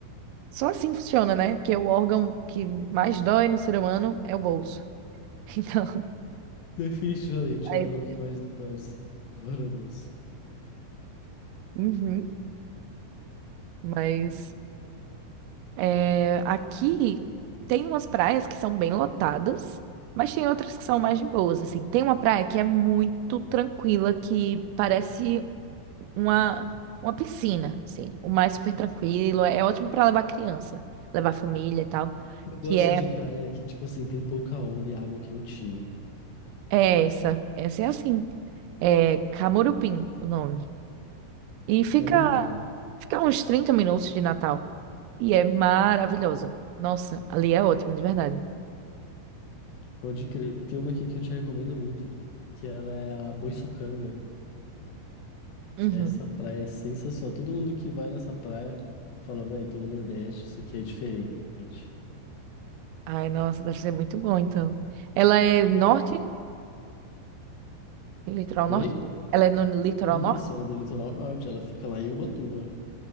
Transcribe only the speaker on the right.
Só assim funciona, né? Porque o órgão que mais dói no ser humano é o bolso. <laughs> Então,
aí.
Uhum. Mas é, aqui tem umas praias que são bem lotadas, mas tem outras que são mais de boas, assim. Tem uma praia que é muito tranquila, que parece uma, uma piscina, assim, o mar é super tranquilo, é, é ótimo para levar criança, levar família e tal,
que é,
é essa, essa é assim, é Camorupim o nome. E fica,
fica uns 30 minutos de Natal, e é maravilhosa. Nossa, ali é ótimo, de verdade.
Uhum.
Ai, nossa, deve ser muito bom, então. Ela é norte? Litoral
norte? Ela é no litoral
norte?